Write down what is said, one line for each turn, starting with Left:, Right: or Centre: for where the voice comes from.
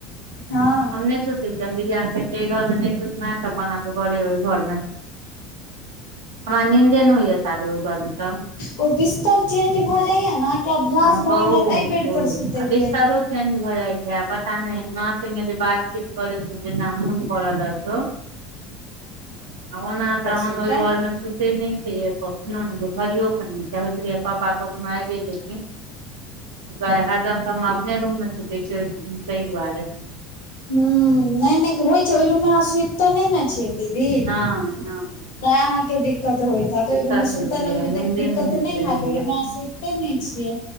Left: हँ
Right: हमने स घरमे त अपन घ घरम हमरा नींन्देन होइए सााद उ घर म
Left: ओ बिस्तर चेंज भऽ जाइया ने कि अभ्यास
Right: हँ
Left: भऽ
Right: बहुत
Left: गेला त एहि बेड
Right: बहुत
Left: पर सुते
Right: आ बिस्तारो
Left: के ह
Right: चेंज भऽ जाइ छै पता नहि न से जे बातचीत कर जे मन प लगत
Left: हं
Right: ओना तऽ हम
Left: सुतल
Right: ओहि घर मे सुते नहि छिय न नहि भरियो के नहि होइत रह पापा कखनो आबे ज दुआर हरदम तऽ हम अपने रूम मे सुते छिय तहि दुआर
Left: ह नहि नहि होइ छै ओहि रूम मे अहाँ सुति तो नहि ने छियै दीद
Right: नहि नहि
Left: तै अहाँके दिक्कत होइत हैत
Right: दिक्कत
Left: तो रूममे सुता
Right: होइत रहैया
Left: लगबे
Right: नीन्दे
Left: त दिक्कत
Right: होइत
Left: नहि
Right: रहैया
Left: हयै केने छिय